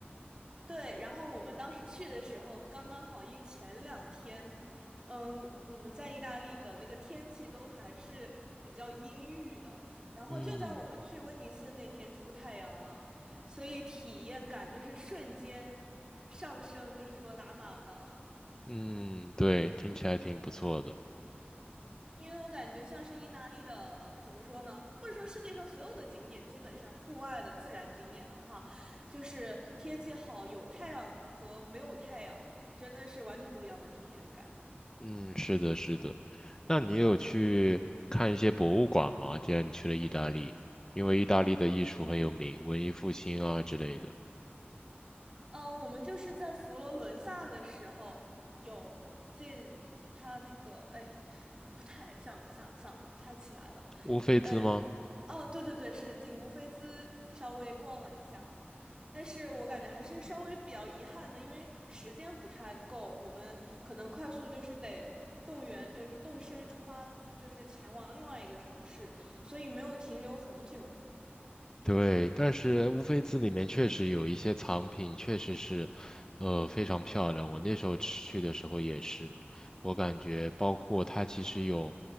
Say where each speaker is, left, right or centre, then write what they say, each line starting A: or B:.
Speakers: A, on the right (about 20°); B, on the left (about 15°).
A: 对，然后我们当时去的时候，刚刚好，因为前两天，嗯，我们在意大利的那个天气都还是比较阴郁的，然后就在我们去威尼斯那天出太阳了，
B: 嗯
A: 所以体验感就是瞬间上升，就是说拉满了。
B: 嗯，对，听起来挺不错的。
A: 因为我感觉像是意大利的，怎么说呢？或者说世界上所有的景点，基本上户外的自然景点的话，就是天气好、有太阳和没有太阳，真的是完全不一样的体验感。
B: 嗯，是的，是的。那你有去看一些博物馆吗？既然你去了意大利，因为意大利的艺术很有名，文艺复兴啊之类的。
A: 嗯，我们就是在佛罗伦萨的时候有进他那个，哎，不太想想想的不太起来了，
B: 乌菲兹吗？
A: 呃，哦，对对对，是进乌菲兹稍微逛了一下，但是我感觉还是稍微比较遗憾的，因为时间不太够，我们可能快速就是得动员，呃，是动身出发，就是前往另外一个城市，所以没有停留很久。
B: 对，但是乌菲兹里面确实有一些藏品，确实是，呃，非常漂亮。我那时候去的时候也是，我感觉包括它其实有